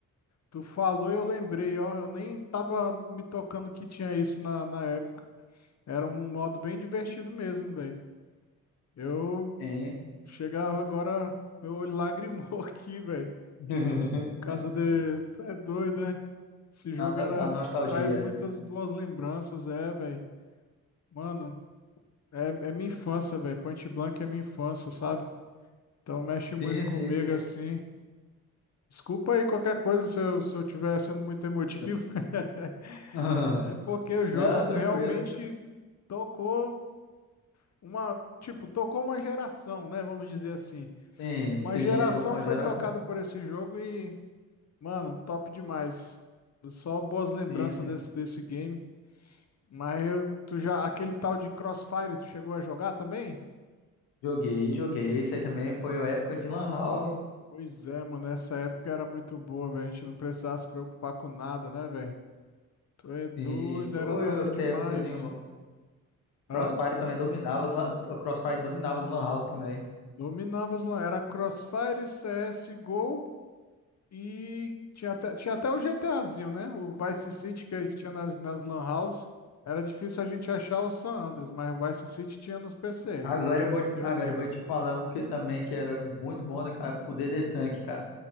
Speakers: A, on the left; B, on the left.
A: tu falou e eu lembrei, ó. Eu nem tava me tocando que tinha isso na, na época. Era um modo bem divertido mesmo, velho. Eu
B: Hein?
A: chegar agora, meu olho lagrimou <laughs> aqui, velho.
B: <laughs>
A: Casa de. Tu é doido, né? Esse jogo
B: Da,
A: era...
B: da nostalgia.
A: traz muitas boas lembranças, é, velho. Mano, é, é minha infância, velho. Point Blank é minha infância, sabe? Então mexe muito
B: Sim,
A: comigo
B: sim, sim.
A: assim. Desculpa aí qualquer coisa se eu, se eu tiver sendo muito emotivo. <laughs>
B: <laughs>
A: É porque o jogo
B: Não, tranquilo.
A: realmente tocou uma. Tipo, tocou uma geração, né? Vamos dizer assim.
B: Sim,
A: Uma
B: sim,
A: geração
B: tô com a
A: foi
B: geração.
A: tocada por esse jogo e, mano, top demais. Só boas lembranças
B: Sim, sim.
A: desse, desse game. Mas eu, tu já, aquele tal de Crossfire, tu chegou a jogar também?
B: Joguei, joguei. Isso aí também foi a época de
A: Mano,
B: Lan House.
A: pois é, mano, essa época era muito boa, velho. A gente não precisava se preocupar com nada, né, velho? Tu é doido,
B: Sim, foi
A: era top
B: até
A: demais.
B: épocazinho bom.
A: Hã?
B: Crossfire também dominava, as lan- o Crossfire dominava as Lan House também.
A: Dominava as lan... Era Crossfire, CSGO E tinha até, tinha até o GTAzinho, né? O Vice City que, que tinha nas, nas Lan House. Era difícil a gente achar o San Andreas, mas o Vice City tinha nos PC,
B: Agora eu vou,
A: que
B: agora
A: eu lembro.
B: eu vou te falar um que também que era muito bom, né, cara? O DD Tank, cara.